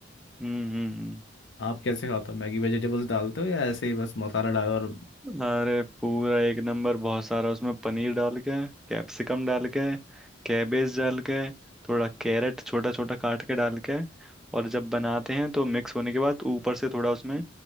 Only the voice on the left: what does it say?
आप कैसे खाते हो मैगी वेजिटेबल्स डालते हो या ऐसे ही बस मसाला डालो और